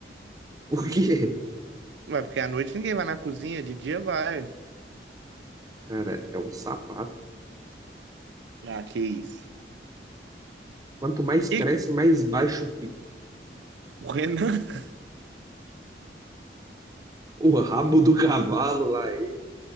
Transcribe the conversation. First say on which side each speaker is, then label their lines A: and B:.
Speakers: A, on the right; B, on the right.
A: Por quê?
B: Ué, porque à noite ninguém vai na cozinha, de dia vai.
A: Cara, é um sapato.
B: Ah, que isso.
A: Quanto mais
B: Que
A: cresce, mais baixo fica.
B: o Renan? <laughs>
A: O rabo do cavalo lá, ele,